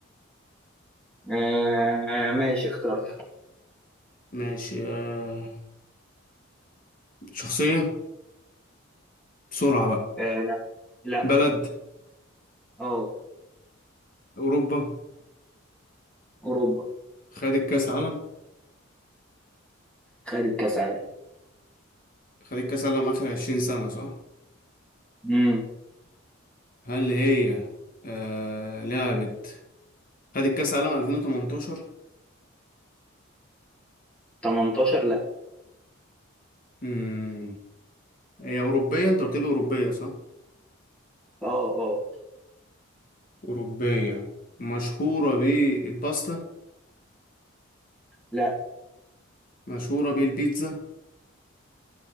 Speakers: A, in the centre; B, on the left (about 40°).
A: آه آه، ماشي اخترت
B: ماشي آه. شخصية بسرعة بقى
A: آه لا لا
B: بلد
A: اه
B: أوروبا
A: اوروبا
B: خدت كأس عالم
A: خدت كاس عالم
B: خدت كأس عالم آخر عشرين سنة صح
A: امم
B: هل هي آه. لعبت خدت كأس عالم 2018
A: 18 لا
B: امم هي أوروبية انت قلت لي أوروبية صح
A: اه اه
B: أوروبية مشهورة بالباستا
A: لا
B: مشهورة بالبيتزا